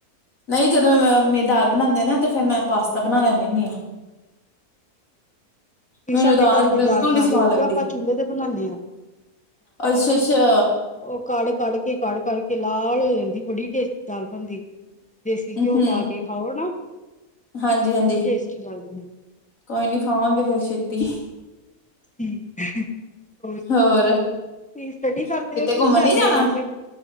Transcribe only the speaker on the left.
ਨਈ ਜਦੋਂ ਮ ਮੰਮੀ ਦਾਲ ਬਣਾਂਦੇ ਨਾ ਤੇ ਫੇਰ ਮੈਂ ਪਾਸਤਾ ਬਣਾ ਲੈਂਨੀ ਹੁੰਨੀ ਆ
ਮੈਨੂੰ
ਬਿਲਕੁਲ
ਨੀ ਸਵਾਦ
ਲੱਗਦੀ
ਅੱਛਾ-ਅੱਛਾ
ਹੂੰ
ਹਾਂਜੀ-ਹਾਂਜੀ
ਕੋਈ ਨੀ ਖਾਵਾਂਗੇ ਫੇਰ ਛੇਤੀ।
ਹੋਰ
ਕਿਤੇ
ਘੁੰਮਣ
ਨੀ ਜਾਣਾ